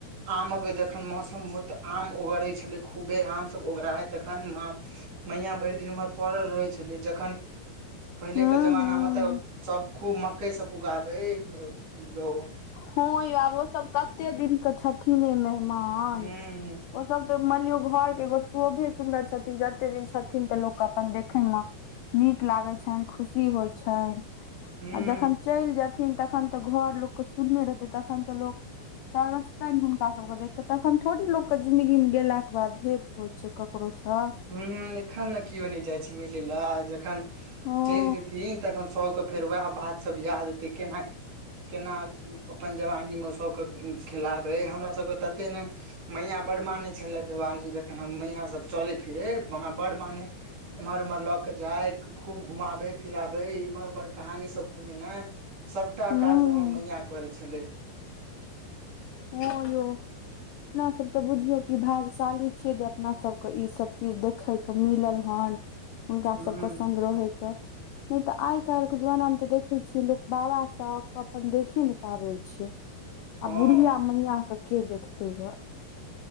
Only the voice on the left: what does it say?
हूँ
हूँ
हँ यै आब ओ सब कते दिन के छथिन मेहमान
ओ सब तऽ मान लियो घर के एगो शोभी सुन्दर छथिन जते दिन छथिन तऽ लोक अपन देखे मे नीक लागै छनि खुशी होइ छनि
आ जखन चैल जेथिन तखन तऽ घर लोकके सुनने रहतै तखन तऽ लोक तरसतनि हुनका सब के देख के तखन थोड़े लोको के जिंदगी मे गेलााक के बाद भेंट होइ छै ककरो सँ
हँ
हूँ
हँ यो अपना सब तऽ बुझियौ कि भागशाली छियै जे अपना सबके ई सब चीज देखेैके मिलल हन हुनका
सबके संग रहैके नय तऽ आइ काएलके जमानामे तऽ देखैत छियै लोक बाबासँ कऽ अपन देखे नय पाबै छै
आ बुरिया मैया के के देखतेै ग